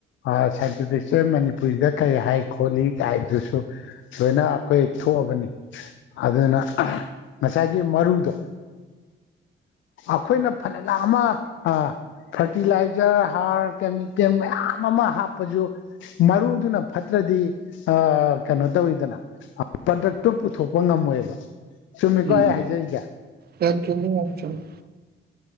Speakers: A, on the left (about 75°); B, on the right (about 50°).
A: ꯑꯥ ꯁꯥꯏꯟꯇꯤꯐꯤꯛꯁꯦ ꯃꯅꯤꯄꯨꯔꯤꯗ ꯀꯔꯤ ꯍꯥꯏ ꯈꯣꯠꯂꯤ ꯗꯥꯏꯗꯨꯁꯨ ꯂꯣꯏꯅ ꯑꯩꯈꯣꯏ ꯊꯣꯛꯑꯕꯅꯤ ꯑꯗꯨꯅ ꯑꯥ ꯉꯁꯥꯏꯒꯤ ꯃꯔꯨꯗꯣ ꯑꯥꯈꯣꯏꯅ ꯐꯅꯂꯥꯛ ꯑꯃ ꯑꯥ ꯐ꯭ꯔꯇꯤꯂꯥꯏ ꯖ꯭ꯔ ꯍꯥꯔ ꯀꯦꯃꯤꯀꯦꯜ ꯃꯌꯥꯝ ꯑꯃ ꯍꯥꯞꯄꯖꯨ ꯃꯔꯨꯗꯨꯅ ꯐꯠꯇ꯭ꯔꯗꯤ ꯑꯥ ꯀꯩꯅꯣ ꯇꯧꯋꯤꯗꯅ ꯄ꯭ꯔꯗꯛꯇꯣ ꯄꯨꯊꯣꯛꯄ ꯉꯝꯃꯣꯏꯕ ꯆꯨꯝꯃꯤꯀꯣ
B: ꯎꯝ
A: ꯑꯩ ꯍꯥꯏꯖꯔꯤꯁꯦ
B: ꯌꯥꯝ ꯆꯨꯝꯃꯤ ꯌꯥꯝ ꯆꯨꯝꯃꯤ